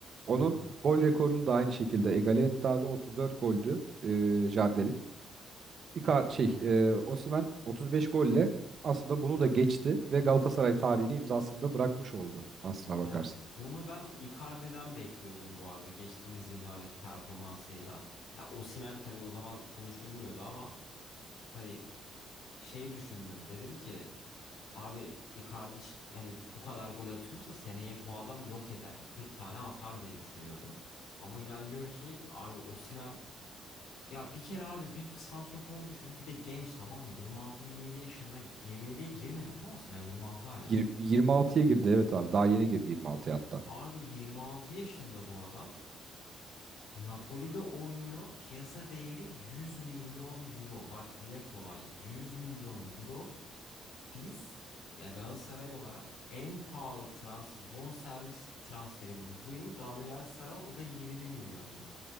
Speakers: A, on the right (about 50°); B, on the left (about 80°).
A: onun
B: Hı hı.
A: gol rekorunu da aynı şekilde egale etti abi 34 goldü e, Jardel'in. Icar şey
B: Evet.
A: e, Osimhen 35 golle aslında bunu da geçti ve Galatasaray tarihini imzasında bırakmış oldu aslına bakarsın.
B: Yani bunu ben Icardi'den bekliyordum bu arada geçtiğimiz yıllardaki performansıyla. Ya Osimhen tabii o zaman konuşulmuyordu ama hani şey düşündüm. Dedim ki abi Icardi ş- hani bu kadar gol atıyorsa seneye bu adam yok eder. 40 tane atar diye düşünüyordum. Ama gel gör ki abi Osimhen Ya bir kere abi bir santrofor düşün. Bir de genç tamam mı? 26-27 yaşında 27'ye girmedi değil mi Osimhen? 26 hala.
A: Yir- 26'ya girdi evet abi daha yeni girdi 26'ya hatta.
B: Abi 26 yaşında bu adam. Napoli'de oynuyor. Piyasa değeri 100 milyon euro. Bak dile kolay. 100 milyon euro. Biz ya Galatasaray olarak en pahalı transfer, bonservis transferimiz bu yıl Gabriel Sara o da 20 milyondu.